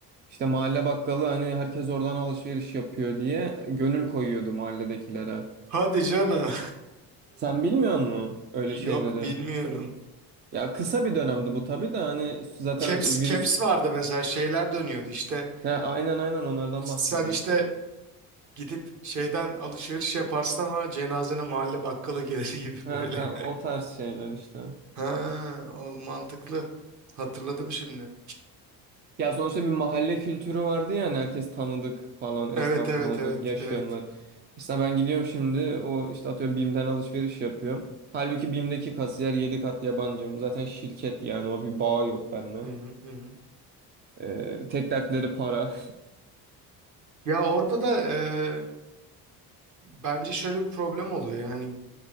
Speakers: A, on the right; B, on the right.
A: İşte mahalle bakkalı hani herkes oradan alışveriş yapıyor diye gönül koyuyordu mahalledekilere.
B: Hadi canım.
A: Sen bilmiyor musun öyle
B: <laughs>
A: şeyleri?
B: Yok bilmiyorum.
A: Ya kısa bir dönemdi bu tabii de hani zaten
B: Caps,
A: virüs...
B: caps vardı mesela şeyler dönüyordu işte.
A: He, aynen aynen onlardan
B: Sen
A: bahsediyorum.
B: işte gidip şeyden alışveriş yaparsın ama cenazene mahalle bakkala gelir <laughs> gibi
A: He
B: böyle.
A: he o tarz şeyler işte.
B: Ha, oğlum mantıklı. Hatırladım şimdi.
A: Ya sonuçta bir mahalle kültürü vardı ya hani herkes tanıdık falan esnaf
B: Evet evet
A: tanıdık
B: evet
A: yaşayanlar.
B: evet.
A: İşte ben gidiyorum şimdi o işte atıyorum BİM'den alışveriş yapıyorum. Halbuki BİM'deki kasiyer 7 kat yabancım. Zaten şirket yani o bir bağ yok benimle.
B: Hı hı, hı hı.
A: Ee, tek dertleri para.
B: Ya orada da e, bence şöyle bir problem oluyor. Yani